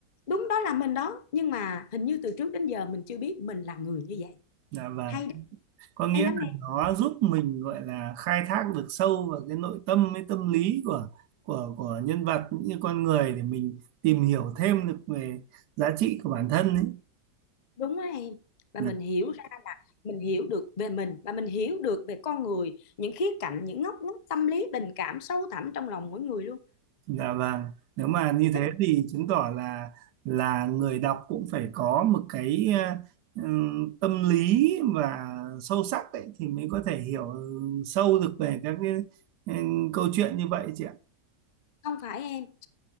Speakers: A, on the left; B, on the right.
A: đúng đó là mình đó nhưng mà hình như từ trước đến giờ mình chưa biết mình là người như vậy
B: dạ vâng.
A: hay đấy,
B: Có nghĩa
A: hay lắm
B: là nó giúp mình gọi là khai thác được sâu vào cái nội tâm với tâm lý của của của nhân vật cũng như con người để mình tìm hiểu thêm được về giá trị của bản thân ấy.
A: đúng á em và
B: Dạ,
A: mình hiểu ra là mình hiểu được về mình và mình hiểu được về con người những khía cạnh những ngóc ngách tâm lý tình cảm sâu thẳm trong lòng mỗi người luôn
B: dạ vâng. Nếu mà như
A: Chị thích
B: thế thì chứng tỏ là là người đọc cũng phải có một cái ờ, ừm, tâm lý và sâu sắc ấy thì mới có thể hiểu sâu được về các cái ừm, câu chuyện như vậy chị ạ.
A: không phải em